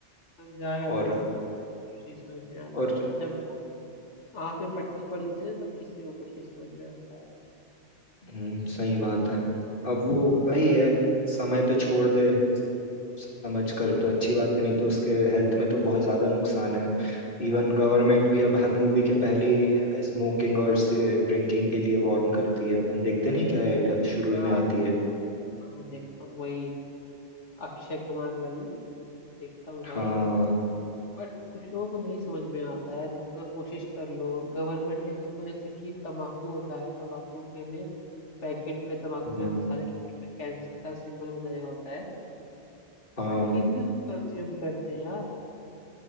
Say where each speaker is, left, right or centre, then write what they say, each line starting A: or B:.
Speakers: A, on the left (about 80°); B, on the left (about 50°).
A: समझाया
B: और
A: था यार उसको कुछ नहीं समझ में आता
B: और
A: है जब आंख में पट्टी पड़ी होती है ना तब किसी को कुछ नहीं समझ में आता है
B: हम्म, सही बात है अब वो वही है समय पे छोड़ दे समझ कर तो अच्छी बात है नहीं तो उसके हेल्थ में तो बहुत ज्यादा नुकसान है इवन गवर्नमेंट भी अब हर मूवी के पहले ही स्मोकिंग और से ड्रिंकिंग के लिए वार्न करती है अपन देखते नहीं क्या ऐड शुरू
A: हाँ
B: ही में
A: भाई
B: आती
A: देखता
B: है
A: हूँ देखता हूँ देखता हूँ वही अक्षय कुमार वाली देखता हूँ भाई
B: हाँ
A: बट कुछ लोगों को नहीं समझ में आता यार जितना कोशिश कर लो गवर्नमेंट ने देखो जैसे कि तम्बाकू होता है तम्बाकू के में पैकेट पे तम्बाकू के
B: हाँ
A: मसाले के पैकेट पे कैंसर का सिंबल बनाया होता है
B: हाँ
A: बट फिर भी लोग कंज्यूम करते हैं यार